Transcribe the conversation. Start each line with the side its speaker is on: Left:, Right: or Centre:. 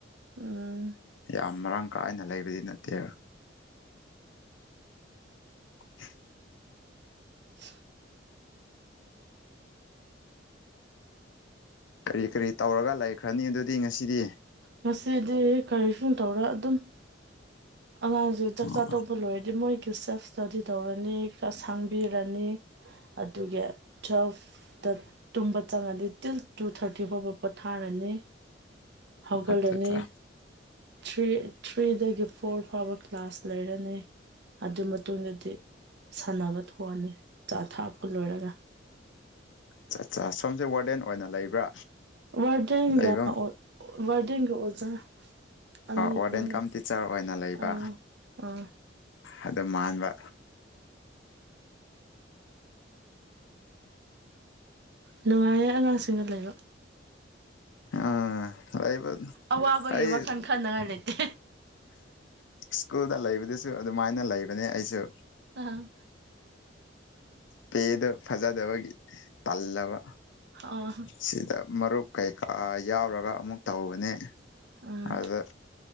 Right: ꯎꯝ
Left: ꯌꯥꯝ ꯃꯔꯥꯡ ꯀꯥꯏꯅ ꯂꯩꯕꯗꯤ ꯅꯠꯇꯦꯕ <unintelligible>
Right: <unintelligible>
Left: ꯀꯔꯤ ꯀꯔꯤ ꯇꯧꯔꯒ ꯂꯩꯈ꯭ꯔꯅꯤ ꯑꯗꯨꯗꯤ ꯉꯁꯤꯗꯤ
Right: ꯉꯁꯤꯗꯤ ꯀꯔꯤꯁꯨ ꯇꯧꯔ ꯑꯗꯨꯝ ꯑꯉꯥꯡꯁꯨ
Left: ꯑꯣ
Right: ꯆꯥꯛ ꯆꯥ ꯇꯧꯕ ꯂꯣꯏꯔꯗꯤ ꯃꯣꯏ ꯔꯤꯆꯔ ꯏꯁꯇꯗꯤ ꯇꯧꯔꯅꯤ ꯈ ꯁꯥꯡꯕꯤꯔꯅꯤ ꯑꯗꯨꯒ ꯇ꯭ꯋꯦꯜꯐꯇ ꯇꯨꯝꯕ ꯆꯪꯉꯅꯤ ꯇꯤꯜ ꯇꯨ ꯊꯥꯔꯇꯤ ꯐꯥꯎꯕ ꯄꯣꯊꯥꯔꯅꯤ ꯍꯧꯒꯗꯅꯤ
Left: ꯑꯠꯆꯥ ꯑꯠꯆꯥ
Right: ꯊ꯭ꯔꯤ ꯊ꯭ꯔꯤꯗꯒꯤ ꯐꯣꯔ ꯐꯥꯎꯕ ꯀ꯭ꯂꯥꯁ ꯂꯩꯔꯅꯤ ꯑꯗꯨ ꯃꯇꯨꯡꯗꯗꯤ ꯁꯥꯟꯅꯕ ꯊꯣꯛꯑꯅꯤ ꯆꯥ ꯊꯥꯄ ꯂꯣꯏꯔꯒ
Left: ꯠꯆꯥ ꯁꯣꯝꯁꯦ ꯋꯥꯔꯗꯦꯟ ꯑꯣꯏꯅ ꯂꯩꯕ꯭ꯔꯥ
Right: ꯋꯥꯗꯤꯒ
Left: ꯂꯩꯕ
Right: ꯋꯥꯔꯗꯤ ꯑꯣꯖꯥ ꯑꯅꯤ
Left: ꯋꯥꯔꯗꯟ
Right: ꯄꯨꯜꯂꯦ
Left: ꯀꯝ ꯇꯤꯆꯔ ꯑꯣꯏꯅ ꯂꯩꯕ
Right: ꯑꯥ ꯑꯥ
Left: ꯑꯗꯣ ꯃꯥꯡꯕ
Right: ꯅꯨꯡꯉꯥꯏꯌꯦꯦ ꯑꯉꯥꯡꯁꯤꯡꯒ ꯂꯩꯕ
Left: ꯑ ꯑꯩꯕ
Right: ꯑꯋꯥꯕꯒꯤ
Left: ꯑꯩ
Right: ꯋꯥꯈꯜ ꯈꯟꯅꯉꯥꯏ ꯂꯩꯇꯦ
Left: ꯁ꯭ꯀꯨꯜꯗ ꯂꯩꯕꯗꯨꯁꯨ ꯑꯗꯨꯃꯥꯏꯅ ꯂꯩꯕꯅꯦ ꯑꯩꯁꯨ
Right: ꯑ
Left: ꯄꯦꯗ ꯐꯖꯗꯋꯥꯒꯤ ꯇꯜꯕ
Right: ꯑꯥ
Left: ꯁꯤꯗ ꯃꯔꯨꯞ ꯀꯩꯀꯥ ꯌꯥꯎꯔꯒ ꯑꯃꯨꯛ ꯇꯧꯕꯅꯦ
Right: ꯎꯝ
Left: ꯑꯗꯨꯗ